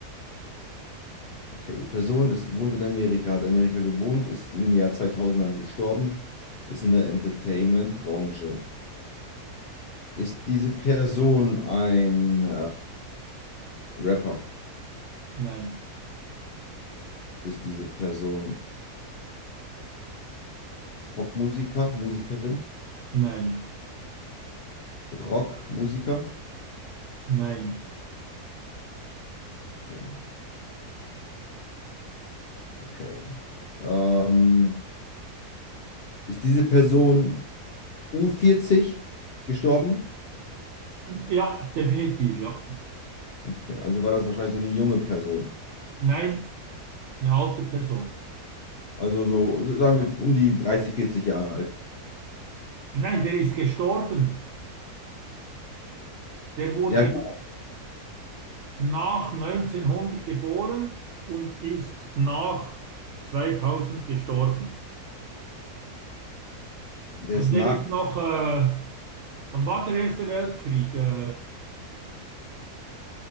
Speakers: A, on the left; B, on the right.
A: Okay, die Person ist, wohnt in Amerika, hat Amerika gewohnt, ist in den Jahr 2000ern gestorben, ist in der Entertainment-Branche. Ist diese Person ein äh, Rapper?
B: nein,
A: Ist diese Person Popmusiker, Musikerin,
B: nein,
A: Rockmusiker?
B: nein.
A: Okay, okay. Ähm, ist diese Person u vierzig gestorben?
B: Ja, definitiv, ja.
A: Okay, also war das wahrscheinlich so eine junge Person.
B: Nein, eine alte Person.
A: Also so, so sagen wir, um die 30, 40 Jahre alt.
B: Nein, der ist gestorben. Der wurde
A: Ja, genau.
B: nach 1900 geboren und ist nach 2000 gestorben.
A: der
B: Also,
A: ist
B: der
A: nach
B: ist noch, äh, wann war der Erste Weltkrieg? Äh,